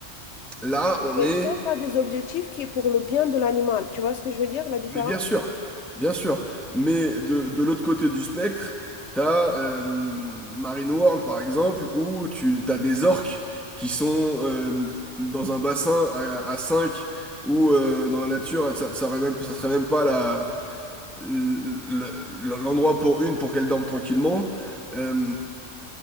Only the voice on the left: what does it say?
mais
ça ça a des objectifs qui est pour le bien de l'animal. Tu vois ce que je veux dire, la différence?